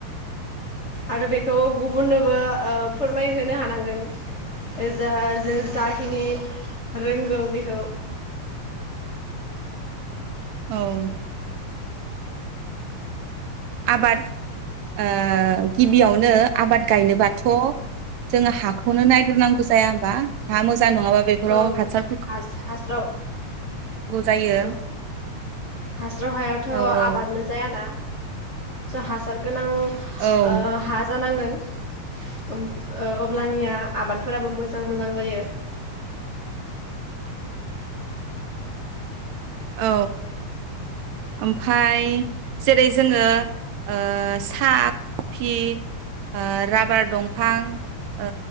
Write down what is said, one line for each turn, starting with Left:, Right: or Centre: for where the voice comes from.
Left: आरो बेखौ गुबुननोबो ओ फोरमायहोनो हानांगोन ओ जा जों जाखिनि रोंगौ बेखौ।
Right: औ। आबाद ओ गिबियावनो आबाद गायनोबाथ जोङो हाखौनो नायग्रोनांगौ जाया होबा हा मोजां नङाबा बेफोराव
Left: औ
Right: हासार
Left: हास हास्राव
Right: जायो
Left: औ हास्राव हायावथ
Right: औ औ
Left: आबादनो जायाना। स हासार गोनां ओ
Right: औ
Left: हाथ जानांगोन ओम ओ अब्लानिया आबादफोराबो मोजां मोजां जायो।
Right: औ ओमफाय जेरै जोङो ओ सा कफि ओ राबार दंफां ओ